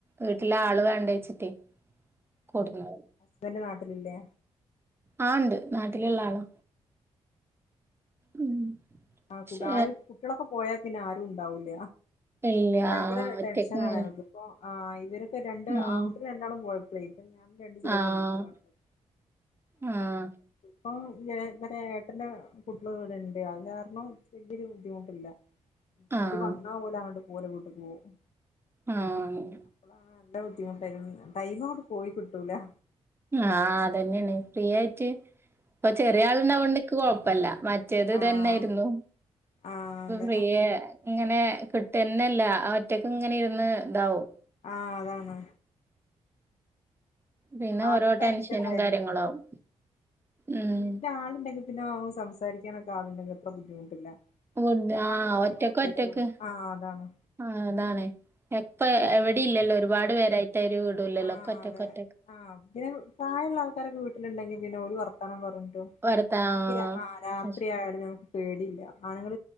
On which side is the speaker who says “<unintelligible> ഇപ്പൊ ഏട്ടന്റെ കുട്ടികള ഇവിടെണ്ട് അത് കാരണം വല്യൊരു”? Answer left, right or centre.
Left